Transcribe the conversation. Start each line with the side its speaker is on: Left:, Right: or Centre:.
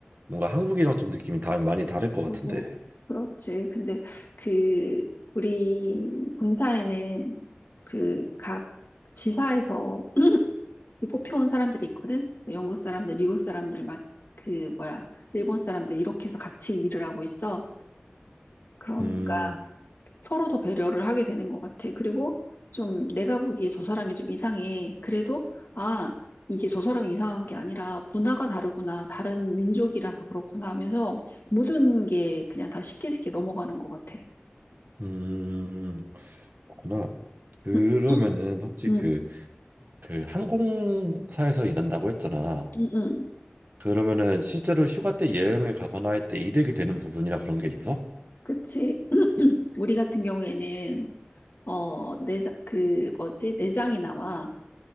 Right: 뭔가 한국이랑 좀 느낌이 다 많이 다를 것 같은데.
Left: 음, 그렇지. 근데 그, 우리 본사에는 그 각 지사에서 <clears throat> 그 뽑혀온 사람들이 있거든? 그 영국 사람들, 미국 사람들, 막 그, 뭐야, 일본 사람들, 이렇게 해서 같이 일을 하고 있어. 그러니까,
Right: 음,
Left: 서로 더 배려를 하게 되는 것 같아. 그리고 좀 내가 보기에 저 사람이 좀 이상해. 그래도, 아, 이게 저 사람이 이상한 게 아니라 문화가 다르구나. 다른 민족이라서 그렇구나 하면서 모든 게 그냥 다 쉽게 쉽게 넘어가는 것 같아.
Right: 음, 그렇구나. 그러면은
Left: 응,
Right: 혹시
Left: 응,
Right: 그 그 항공사에서 일한다고 했잖아.
Left: 응, 응.
Right: 그러면은 실제로 휴가 때 여행을 가거나 할 때 이득이 되는 부분이나 그런 게 있어?
Left: 그치. <clears throat> 우리 같은 경우에는, 어, 내장, 그, 뭐지, 내장이 나와.